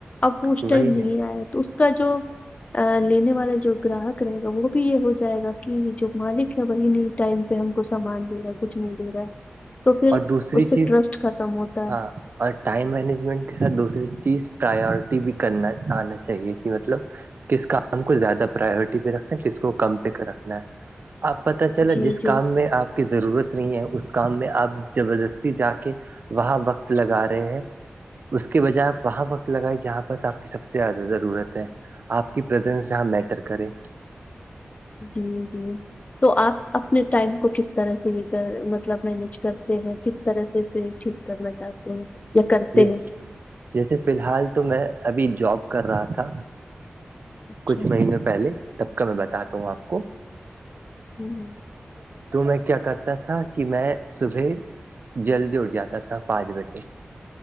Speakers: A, on the left; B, on the right.
A: اب وہ اس
B: وہی
A: ٹائم نہیں
B: ہے
A: آیا تو کا جو لینے والا جو گراہک رہے گا وہ بھی یہ ہو جائے گا کہ جو مالک ہے وہی نہیں ٹائم پہ ہم کو سامان دے رہا ہے کچھ نہیں دے رہا ہے تو پھر
B: اور دوسری
A: اس سے
B: چیز
A: ٹرسٹ ختم ہوتا
B: ہاں
A: ہے
B: اور ٹائم مینجمنٹ کے ساتھ دوسری چیز پرائیورٹی بھی کرنا آنا چاہیے کہ مطلب کس کام کو زیادہ پرائیورٹی پہ رکھنا ہے کس کو کم پہ رکھنا ہے آپ پت چلا
A: جی
B: جس
A: جی
B: کام میں آپ کی ضرورت نہیں ہے اس کام میں آپ زبردستی جا کے وہاں وقت لگا رہے ہیں اس کے بجائے آپ وہاں وقت لگائی جہاں پرس آپ کی سب سے زیادہ ضرورت ہے آپ کی پرریزنس جہاں میٹر کرے
A: جی جی تو آپ اپنے ٹائم کو کس طرح سے یہ کر مطلب مینج کرتے ہیں کس طرح سے سے ٹھیک کرنا چاہتے ہیں یا کرتے
B: جس
A: ہیں
B: جیسے فی الحال تو میں ابھی جاب کر رہا تھا
A: اچھا
B: کچھ مہیینوں پہلے تب کا میں بتاتا ہوں آپ کو
A: ہوں ہ <inaudible>
B: تو میں کیا کرتا تھا کہ میں صبح جلدی اٹھ جاتا تھا پانچ بجے